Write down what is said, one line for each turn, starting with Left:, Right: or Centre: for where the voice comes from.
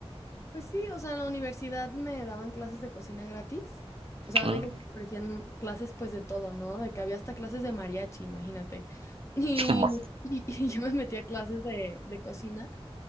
Left: Pues sí, o sea, en la universidad me daban clases de cocina gratis. O sea,
Right: Ah,
Left: vi que te ofrecían clases pues de todo, ¿no? De que había hasta clases de mariachi, imagínate. Y,
Right: no ma-
Left: y- y yo me metí a clases de, de cocina.